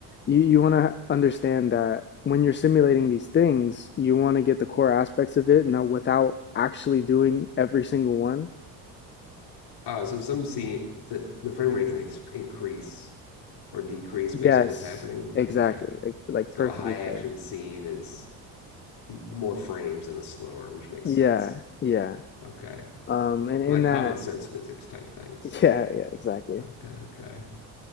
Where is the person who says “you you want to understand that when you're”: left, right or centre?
Left